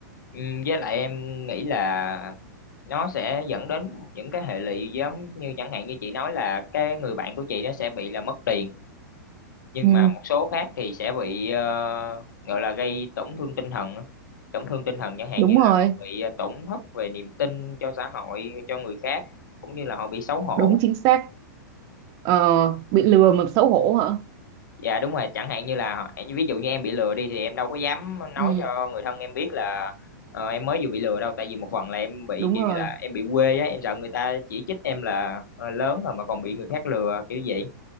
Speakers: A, on the left; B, on the right.
A: Ừm, với lại em nghĩ là nó sẽ dẫn đến những cái hệ lụy giống như chẳng hạn như chị nói là cái người bạn của chị nó sẽ bị là mất tiền nhưng
B: ừ,
A: mà một số khác thì sẽ bị ờ, gọi là gây tổn thương tinh thần á. tổn thương tinh thần chẳng hạn
B: đúng
A: như
B: rồi
A: là họ bị ờ, tổn thất về niềm tin cho xã hội cho người khác cũng như là họ bị xấu hổ
B: đúng chính xác Ờ, bị lừa mà xấu hổ hả?
A: dạ đúng rồi chẳng hạn như là họ- ví dụ như em bị lừa đi thì em đâu có dám nói
B: Ừ,
A: cho người thân em biết là ờ, em mới vừa bị lừa đâu tại vì một phần là em bị
B: đúng
A: kiểu
B: rồi.
A: như là em bị quê á em sợ người ta chỉ trích em là ờ, lớn rồi mà còn bị người khác lừa kiểu vậy